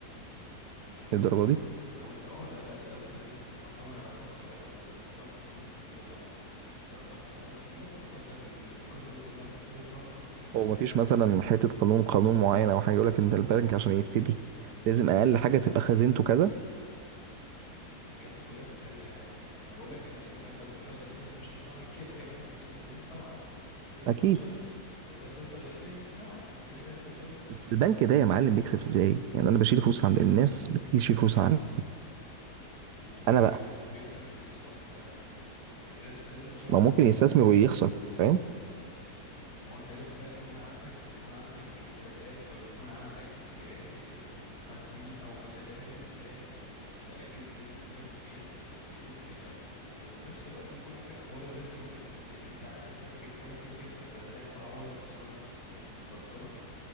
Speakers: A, on the left (about 75°); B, on the right (about 85°).
A: مش قصة
B: للدرجة
A: لو
B: دي
A: انت لو انت اه لا لا لو انت لازم يكون معاك طبعا علاقاتك علاقات علاقات تكون تقيلة طبعا انت لو معاك علاقات تقيلة تخلص لك ال- القصة دي كلها في مسافة شهر تكون فاتح البنك
B: هو مفيش
A: عادي
B: مثلا حتة قانون قانون معين أو حاجة يقول لك أنت البنك عشان يبتدي لازم أقل حاجة تبقى خزينته كذا
A: الحاجات دي كلها بتتسلك عادي انا بقول لك راس المال ده كو- راس المال اللي مش تدفعه من جيبك هيبقى معاك مستثمرين طبعا انت هتقدر
B: أكيد
A: توصل هتقدر توصل للمينيمم بتاعه يعني كده كده توصل
B: بس البنك ده يا معلم بيكسب إزاي؟ يعني أنا بشيل فلوس عند الناس بتيجي تشيل فلوس عندي
A: البنك
B: أنا
A: بي-
B: بقى
A: بيكسب بالاستثمار بتاعه ما هي- لازم لازم تشغل
B: ما
A: فلوس
B: ممكن
A: دي
B: يستثمر
A: عشان تكسب
B: ويخسر فاهم؟
A: ما هو انت لازم بقى يكون عندك يكون عندك اثباتات او يكون عندك آه، محاسبين او مشاريع داخل مشاريع في- في- متاكد بنسبه 100% ان انت تكسب وفي نفس الوقت يكون عندك حوار الريسك مانجمنت لان انت عامل حسابك ان انت ممكن تخسر فازاي هتعوض الخساره دي واصله لك